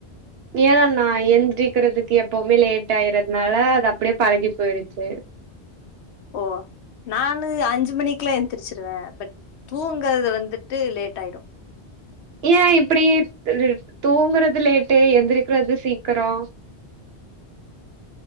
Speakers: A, on the right; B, on the left.
A: ஏனா நா எந்திரிக்றதுக்கு எப்பவ்மே லேட் ஆய்றத்னால அது அப்டியே பழகி போயிருச்சு
B: ஓ நானு அஞ்சு மணிக்லா எந்திரிச்சிருவே பட் தூங்கறது வந்துட்டு லேட் ஆய்டு
A: ஏ இப்டி உம் தூங்குறது லேட்டு எந்திரிக்றது சீக்கரோ